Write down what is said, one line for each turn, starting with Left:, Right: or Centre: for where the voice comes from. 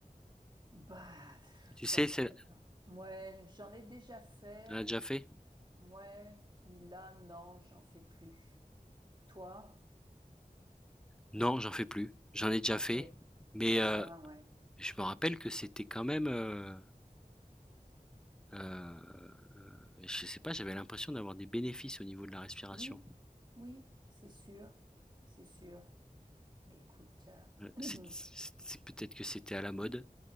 Right: Bah, pff,
Centre: Tu sais,
Right: pas trop,
Centre: c'est,
Right: non. Ouais, j'en ai déjà fait.
Centre: on a déjà fait?
Right: Ouais, puis là, non, j'en fais plus. Toi?
Centre: Non, j'en fais plus. J'en ai déjà
Right: Ok,
Centre: fait, mais
Right: c'est
Centre: euh,
Right: ça, ouais.
Centre: je me rappelle que c'était quand même. euh, Heu, je sais pas, j'avais l'impression d'avoir des bénéfices au niveau de la respiration.
Right: Oui, oui, c'est sûr, c'est sûr. Mais écoute, euh,
Centre: c'est c'est peut-être que c'était à la mode.